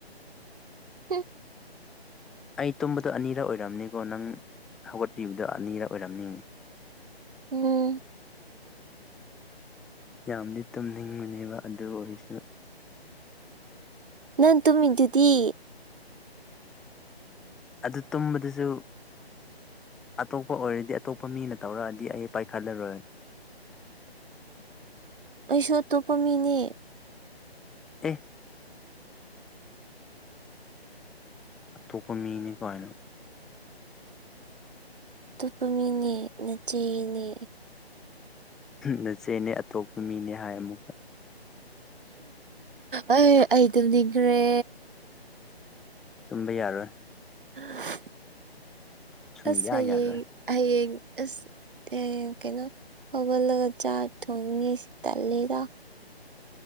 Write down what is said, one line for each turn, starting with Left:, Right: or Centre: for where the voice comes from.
Right: <unintelligible>
Centre: ꯑꯩ ꯇꯨꯝꯕꯗꯣ ꯑꯅꯤꯔꯛ ꯑꯣꯏꯔꯝꯅꯤꯀꯣ ꯅꯪ ꯍꯧꯒꯠꯄꯤꯕꯗꯣ ꯑꯅꯤꯔ ꯑꯣꯏꯔꯝꯅꯤ
Right: ꯎꯝ
Centre: ꯌꯥꯝꯗꯤ ꯇꯨꯝꯅꯤꯡꯕꯅꯦꯕ ꯑꯗꯨ ꯑꯣꯏꯔꯁꯨ
Right: ꯅꯪ ꯇꯨꯝꯃꯤꯗꯨꯗꯤ
Centre: ꯑꯗꯨ ꯇꯨꯝꯕꯗꯁꯨ ꯑꯇꯣꯞꯄ ꯑꯣꯏꯔꯗꯤ ꯑꯇꯣꯞꯄ ꯃꯤꯅ ꯇꯧꯔꯛꯑꯗꯤ ꯑꯩ ꯄꯥꯏꯈꯠꯂꯔꯣꯏ
Right: ꯑꯩꯁꯨ ꯑꯇꯣꯞꯄ ꯃꯤꯅꯤ
Centre: ꯑꯦ ꯑꯇꯣꯞꯄ ꯃꯤꯅꯤ ꯀꯏꯅ
Right: ꯑꯇꯣꯞꯄ ꯃꯤꯅꯦ ꯅꯆꯦꯅꯦ
Centre: ꯅꯆꯦꯅꯦ ꯑꯇꯣꯞꯄ ꯃꯤꯅꯦ ꯍꯥꯏ ꯑꯃꯨꯛ
Right: ꯑꯩ ꯑꯩ ꯇꯝ ꯅꯤꯡꯈ꯭ꯔꯦ
Centre: ꯇꯨꯝꯕ ꯌꯥꯔꯣꯏ
Right: <unintelligible>
Centre: ꯁꯨꯝꯌꯥ
Right: ꯑꯁ ꯍꯌꯦꯡ
Centre: ꯌꯥꯔꯣꯏ
Right: ꯍꯌꯦꯡ ꯑꯁ ꯍꯌꯦꯡ ꯀꯩꯅꯣ ꯍꯧꯒꯜꯂꯒ ꯆꯥꯛ ꯊꯣꯡꯉꯤꯁꯤ ꯇꯜꯂꯤꯗ